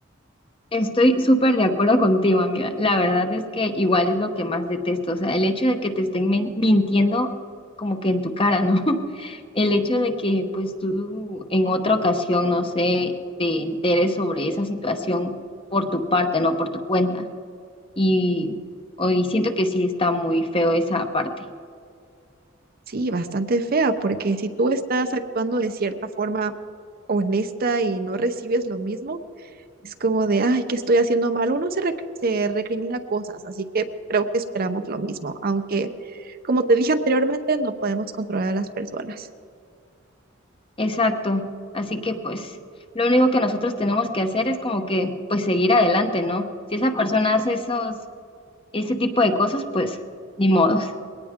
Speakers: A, on the left; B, on the right.
A: Estoy súper de acuerdo contigo, amiga. La verdad es que igual es lo que más detesto. O sea, el hecho de que te estén men- mintiendo como que en tu cara, ¿no? <laughs> El hecho de que pues tú en otra ocasión, no sé, te enteres sobre esa situación por tu parte, no por tu cuenta. Y hoy siento que sí está muy feo esa parte.
B: Sí, bastante fea, porque si tú estás actuando de cierta forma honesta y no recibes lo mismo, es como de, ay, ¿qué estoy haciendo mal? Uno se, rec- se recrimina cosas, así que creo que esperamos lo mismo, aunque, como te dije anteriormente, no podemos controlar a las personas.
A: Exacto. Así que pues lo único que nosotros tenemos que hacer es como que pues seguir adelante, ¿no? Si esa persona hace esos, ese tipo de cosas, pues ni modos.